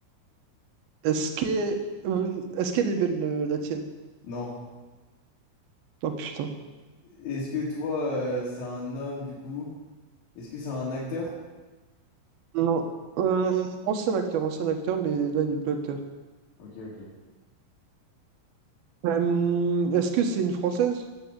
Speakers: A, on the right; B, on the left.
A: Est-ce que, euh, est-ce qu'elle est belle, euh, la tienne?
B: Non.
A: Oh putain.
B: Est-ce que toi, euh, c'est un homme, du coup? Est-ce que c'est un acteur?
A: Non. Euh, ancien acteur, ancien acteur, mais là, il est plus acteur.
B: Ok, ok.
A: Euh, est-ce que c'est une française?